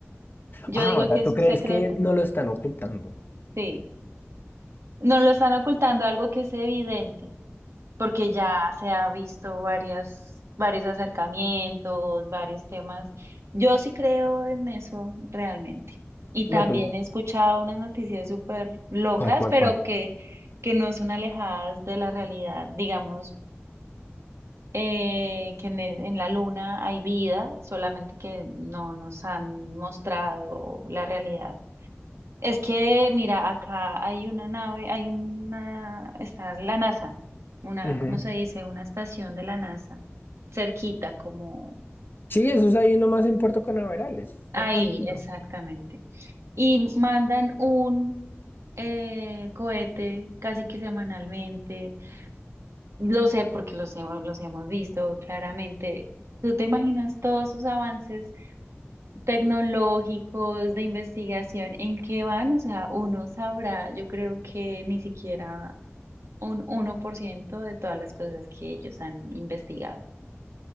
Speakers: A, on the right (about 75°); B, on the left (about 50°).
A: Yo
B: Ah,
A: digo
B: o sea,
A: que es
B: ¿tú
A: un
B: crees
A: secreto,
B: que no lo están ocultando?
A: sí. No lo están ocultando algo que es evidente. porque ya se ha visto varias, varios acercamientos, varios temas. Yo sí creo en eso realmente. Y
B: No,
A: también
B: pues,
A: he escuchado unas noticias súper locas,
B: ¿cuál, cuál,
A: pero
B: cuál?
A: que, que no son alejadas de la realidad. Digamos, eh, que en, el- en la luna hay vida, solamente que no nos han mostrado la realidad es que, mira, acá hay una nave, hay una, está la NASA, una,
B: Ujú.
A: ¿cómo se dice? Una estación de la NASA, cerquita, como
B: Sí, eso es ahí nomás en Puerto Canaveral, es
A: ahí,
B: cerca al mundo.
A: exactamente. Y mandan un eh, cohete casi que semanalmente. Lo sé porque los, hemos- los hemos visto claramente. ¿Tú te imaginas todos esos avances tecnológicos de investigación en qué van? O sea, uno sabrá, yo creo que ni siquiera un uno por ciento de todas las cosas que ellos han investigado.